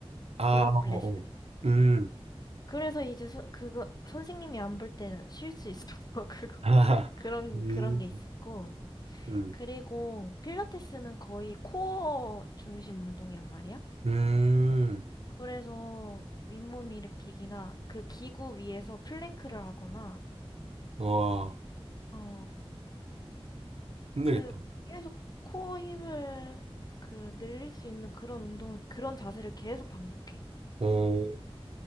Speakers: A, on the right; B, on the left.
A: 아,
B: 그룹
A: 어,
B: 레슨.
A: 어. 음,
B: 그래서 이제 소, 그거, 선생님이 안 볼 때 쉴 수 있어. <laughs> 그거,
A: <laughs> 아,
B: 그런,
A: 음,
B: 그런 게 있었고.
A: 음,
B: 그리고 필라테스는 거의 코어 중심 운동이란 말이야.
A: 음,
B: 그래서 윗몸 일으키기나 그 기구 위에서 플랭크를 하거나
A: 와.
B: 어
A: 힘들겠다.
B: 그래 계속 코어 힘을 그 늘릴 수 있는 그런 운동을 그런 자세를 계속 반복해.
A: 어,